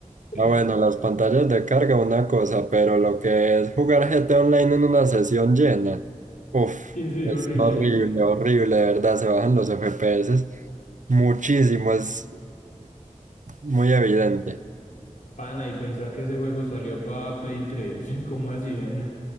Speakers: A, on the left; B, on the right.
A: <laughs>
B: Ah, bueno, las pantallas de carga, una cosa, pero lo que es jugar GT Online en una sesión llena, uff,
A: Sí, sí,
B: es
A: horrible.
B: horrible, horrible, de verdad, se bajan los FPS muchísimo, es muy evidente.
A: Pana, y pensar que ese juego salió para Play tres <laughs> ¿cómo hacían?